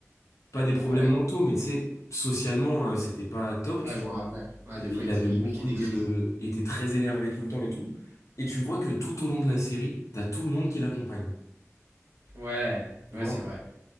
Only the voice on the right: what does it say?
Ouais,
ouais,
je
me rappelle. Ouais,
des
fois, il,
il
piquait des
crises.
Ouais,
ouais,
c'est vrai.